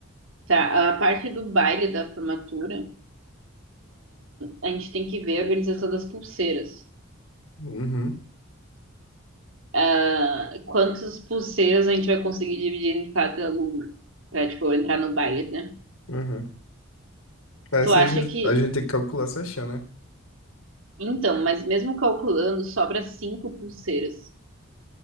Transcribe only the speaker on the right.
Tá, a parte do baile da formatura, a gente tem que ver a organização das pulseiras.
Ah, Quantas pulseiras a gente vai conseguir dividir em cada aluno pra, tipo, entrar no baile, né?
Tu
acha
que.
Então, mas mesmo calculando, sobra cinco pulseiras.